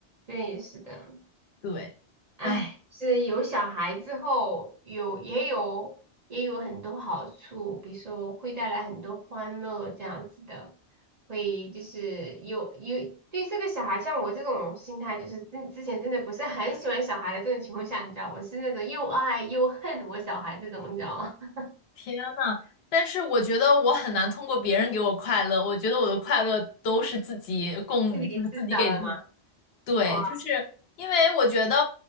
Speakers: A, on the right; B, on the left.
A: 对，是的，
B: 对，
A: 哎，
B: 哎，
A: 是有小孩之后，有也有也有很多好处，比如说会带来很多欢乐这样子的，会就是有有对这个小孩，像我这种心态，就是之之前真的不是很喜欢小孩的这种情况下，你知道，我是那种又爱又恨我小孩这种，你知道吗？<laughs>
B: 天呐，但是我觉得我很难通过别人给我快乐，我觉得我的快乐都是自己供，
A: 是你知道的吗？
B: 就是自己给自己。对，
A: 哇
B: 就是因为我觉得